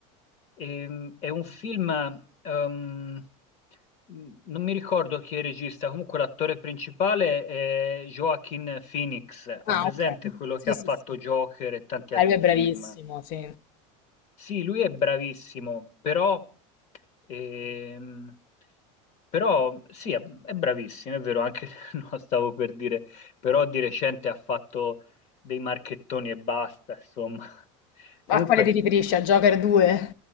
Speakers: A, on the left (about 40°); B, on the left (about 60°).
A: Ehm, è un film, ehm, non mi ricordo chi è il regista, comunque l'attore principale è Joaquin Phoenix, ha
B: Ah,
A: presente
B: ok.
A: quello che
B: Sì,
A: ha
B: sì,
A: fatto
B: sì.
A: Joker e tanti
B: Eh,
A: altri
B: lui è bravissimo,
A: film?
B: sì.
A: Sì, lui è bravissimo, però, ehm, però sì, è, è bravissimo, è vero, anche <laughs> no, stavo per dire, però di recente ha fatto dei marchettoni e basta, insomma. Comunque,
B: A quale ti riferisci? A Joker 2?